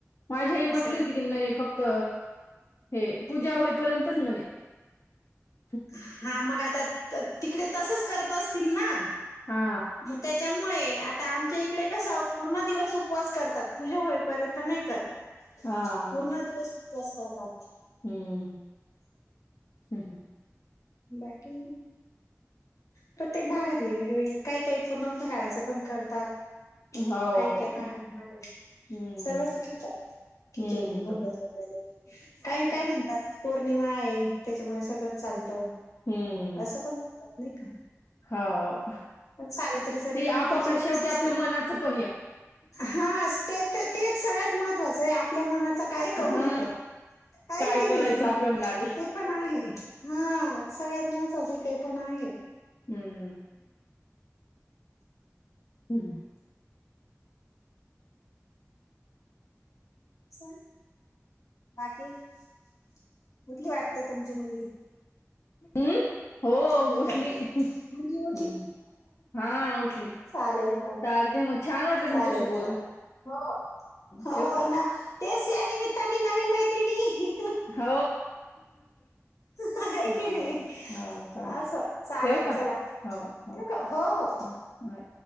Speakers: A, on the left (about 55°); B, on the left (about 80°).
A: माझी आई म्हटली
B: असं
A: होती की म्हणे फक्त हे पूजा होईपर्यंतच म्हणे ह्
B: हा मग आता तिकडे तसच करत असतील ना
A: हा
B: मग त्याच्यामुळे आता आमच्या इकडे कस पूर्ण दिवस उपवास करतात पूजा होईपर्यंत नाही करत
A: हा
B: पूर्ण दिवस तेच करळतात
A: हम्म हम् हम
B: बाकी प्रत्येक भागातले वेगवेगळे काही काही पूर्ण फराळाचं पण करतात
A: हो
B: काही काही भागांमध्ये
A: हम्म
B: सर्वच खातात खिचडी
A: हम्म
B: भगर वगैरे काय काय म्हणतात पौर्णिमा आहे त्याच्यामुळे सगळं चालत
A: हम्म
B: असं पण म्हणतात नाही का
A: हो
B: सावित्रीचा निरंकाळ
A: ती आपापल्या
B: च उपवास
A: शेवटी
B: असत
A: आपल्या मनाचं पण एक
B: हा असते तेच सगळत महत्त्वाचं आपल्या मनाच काय कू
A: हा
B: न आहे
A: काय
B: की
A: करायचं
B: नाही
A: आपल्या मनाले
B: ते पण आहे हा सगळ्यात महत्त्वाचं ते पण आहे
A: हम्म हम्म
B: स बाकी कुठली वाटते तुमची मुलगी
A: हम् हो
B: नाही
A: उठली
B: का मुलगी
A: ह हा उठली
B: चाले ना
A: चालते मग छान वाटलं
B: चालेल
A: तुमच्याशी बोलून
B: चालेल हो हो
A: ठेवू का
B: ना तेच या निमित्ताने नवीन मैत्री नि
A: हो
B: आहे
A: हा
B: की नाही
A: हो चाल
B: असं चालेल
A: ठेव का
B: चला
A: हो
B: ठेवू
A: हो
B: का? हो
A: बाय